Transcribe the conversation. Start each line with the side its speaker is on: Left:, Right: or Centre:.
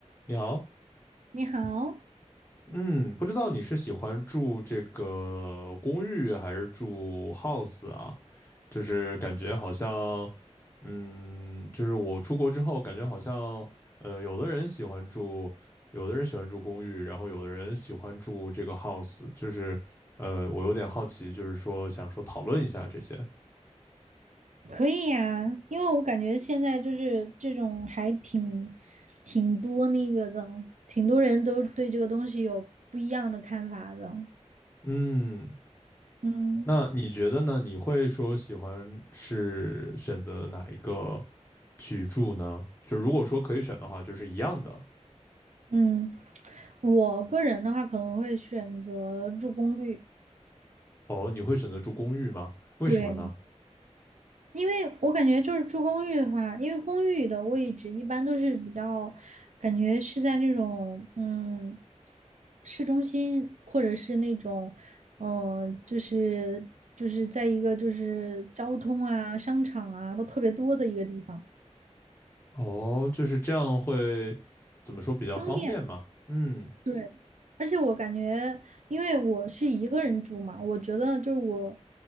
Left: 你好，
Right: 你好，
Left: 嗯，不知道你是喜欢住这个公寓还是住 house 啊？就是感觉好像，嗯，就是我出国之后，感觉好像，呃，有的人喜欢住，有的人喜欢住公寓，然后有的人喜欢住这个 house，就是，呃，我有点好奇，就是说想说讨论一下这些。
Right: 可以呀，因为我感觉现在就是这种还挺挺多那个的，挺多人都对这个东西有不一样的看法的。
Left: 嗯，
Right: 嗯
Left: 那你觉得呢？你会说喜欢是选择哪一个，去住呢？就如果说可以选的话，就是一样的。
Right: 嗯，我个人的话可能会选择住公寓。
Left: 哦，你会选择住公寓吗？为什么呢？
Right: 对，因为我感觉就是住公寓的话，因为公寓的位置一般都是比较，感觉是在那种嗯市中心，或者是那种嗯、呃就是就是在一个就是交通啊、商场啊都特别多的一个地方，
Left: 哦，就是这样会怎么说比较方便吗？
Right: 方便。
Left: 嗯，
Right: 对，而且我感觉，因为我是一个人住嘛，我觉得就是我